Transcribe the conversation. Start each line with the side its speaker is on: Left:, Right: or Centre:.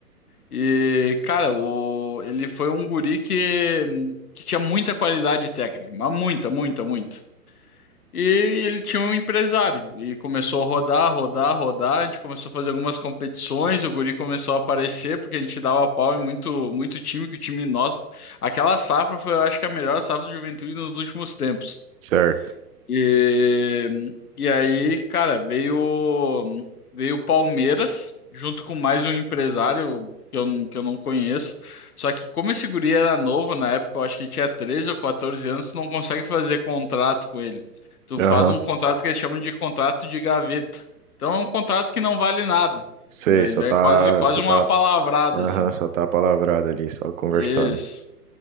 Left: E, cara, o, ele foi um guri que, que tinha muita qualidade técnica, mas muita, muita, muita. E ele tinha um empresário e começou a rodar, rodar, rodar. A gente começou a fazer algumas competições e o guri começou a aparecer porque a gente dava pau em muito, muito time, que o time nosso. Aquela safra foi, eu acho que a melhor safra de juventude nos últimos tempos.
Right: Certo.
Left: E, e aí, cara, veio veio o Palmeiras junto com mais um empresário que eu, que eu não conheço. Só que como esse guri era novo na época, eu acho que ele tinha 13 ou 14 anos, tu não consegue fazer contrato com ele. Tu
Right: Aham.
Left: faz um contrato que eles chamam de contrato de gaveta. Então é um contrato que não vale nada,
Right: Sei,
Left: mas
Right: só
Left: é
Right: tá,
Left: quase quase
Right: só
Left: uma
Right: tá,
Left: palavrada
Right: aham,
Left: assim.
Right: só tá palavrado ali, só conversado.
Left: Isso.